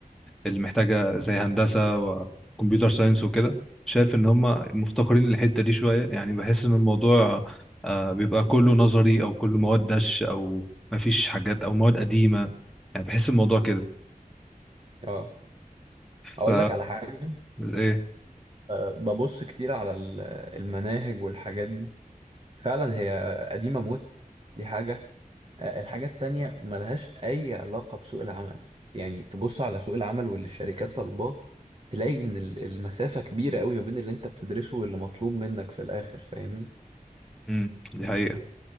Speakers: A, in the centre; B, on the right (about 40°).
A: اللي محتاجه زي هندسه وكمبيوتر ساينس وكده شايف ان هم مفتقرين الحته دي شويه يعني بحس ان الموضوع آه، بيبقى كله نظري او كله مواد دش او مفيش حاجات او مواد قديمه يعني بحس الموضوع كده
B: اه
A: ف
B: اقول لك على حاجة
A: ايه
B: أه ببص كتير على ال- المناهج والحاجات دي فعلا هي قديمة موت دي حاجة آه، الحاجة التانية ملهاش أي علاقة بسوق العمل يعني تبص على سوق العمل واللي الشركات طالباه تلاقي إن ال- المسافة كبيرة قوي ما بين اللي أنت بتدرسه واللي مطلوب منك في الآخر فاهمني؟
A: امم دي حقيقة